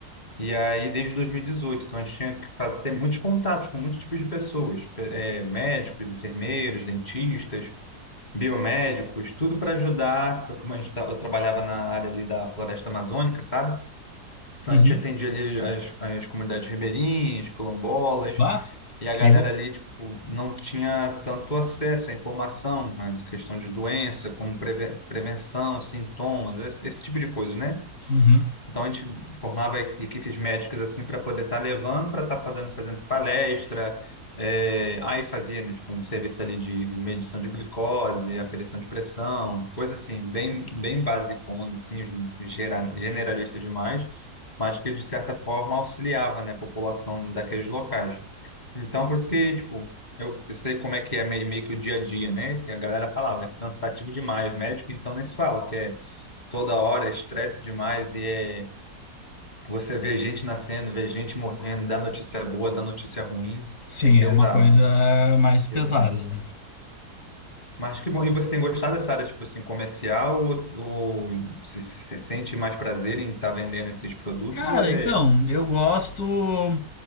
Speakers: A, on the left; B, on the left.
A: E aí, desde 2018, então a gente tinha que fa- ter muitos contatos com muitos tipos de pessoas, pe- eh, médicos, enfermeiros, dentistas, biomédicos, tudo para ajudar, porque como a gente, tra- eu trabalhava na área ali da floresta amazônica, sabe? Então
B: Uhum.
A: a gente atendia ali as, as comunidades ribeirinhas, quilombolas,
B: Bah,
A: e a
B: que.
A: galera
B: ro-
A: ali, tipo, não tinha tanto acesso à informação, né, de questão de doença, como preve- prevenção, sintomas, esse, esse tipo de coisa, né?
B: Uhum.
A: Então a gente formava equipes médicas assim para poder estar levando, para estar podendo fazendo palestra. É, aí fazia, né, tipo, um serviço ali de medição de glicose, aferição de pressão, coisa assim, bem, bem basicona, assim, de- gera- generalista demais, mas que de certa forma auxiliava, né, a população daqueles locais. Então, por isso que, tipo, eu, eu sei como é que é meio, meio que o dia a dia, né, que a galera falava, é cansativo demais, médico então nem se fala, que é toda hora, é estresse demais e é você vê gente nascendo, vê gente morrendo, dá notícia boa, dá notícia ruim.
B: Sim,
A: É pesado,
B: é uma coisa mais pesada,
A: pesado.
B: né?
A: Mas que bom. E você tem gostado dessa área, tipo assim, comercial? Ou, ou se, se- se sente mais prazer em estar vendendo esses produtos?
B: Cara,
A: Ou é.
B: então, eu gosto.